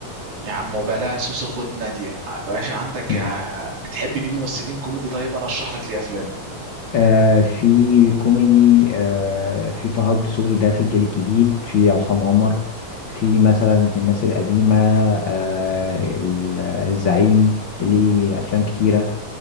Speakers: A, on the right; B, on the left.
A: يا عم وبلا سوسو خد نادية باشا عندك
B: <laughs>
A: يا- بتحب مين ممثلين كوميدي طيب انا اشرح لك ليه افلام
B: آه في كوميدي آه في طه دسوقي ده في الجيل الجديد في عصام عمر في مثلا في الناس القديمة آه ال- الزعيم ليه أفلام كتيرة